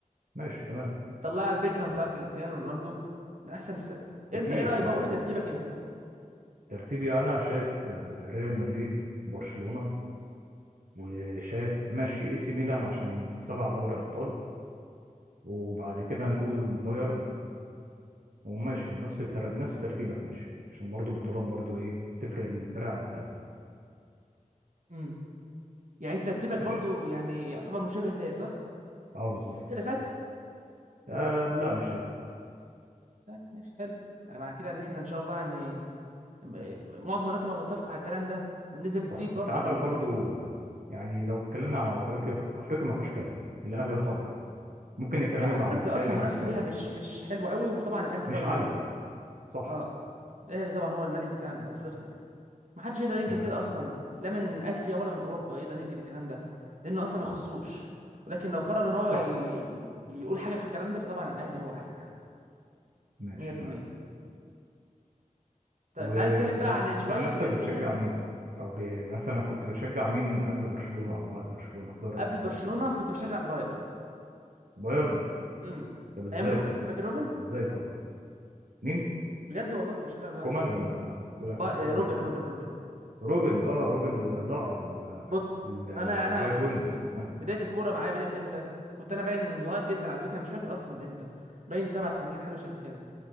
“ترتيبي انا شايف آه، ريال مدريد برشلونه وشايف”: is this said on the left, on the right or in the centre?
Right